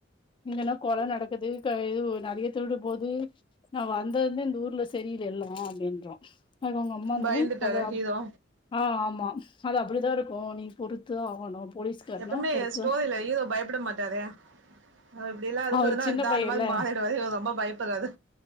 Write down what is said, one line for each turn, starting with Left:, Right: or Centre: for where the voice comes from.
Left: இங்கன கொல நடக்குது இதுவு நெறைய திருட்டு போது நா வந்ததுன்னே இந்த ஊர்ல செரியெல்லு அப்டின்றா அதுக்கு ஒங்க அம்மா இருந்து
Right: பயந்துட்டாரா
Left: அத
Right: ஹீரோ
Left: ஆ ஆமா அத அப்டிதா இருக்கு நீ பொறுத்து ஆகணு போலீஸ்காரனா
Right: எப்பவுமே
Left: பொறுத்துதா
Right: ஸ்டோரியில ஹுரோ பயப்பட மாட்டாரே அப்டியெல்லா இருக்குதுன்னா
Left: அவரு சின்ன
Right: அது
Left: பையல்ல
Right: அந்த மாரி மாறிடுவாறு ரொம்ப பயப்பறாரு